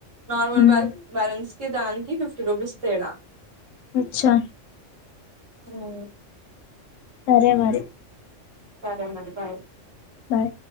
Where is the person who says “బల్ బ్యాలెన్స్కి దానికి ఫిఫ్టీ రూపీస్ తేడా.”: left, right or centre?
Right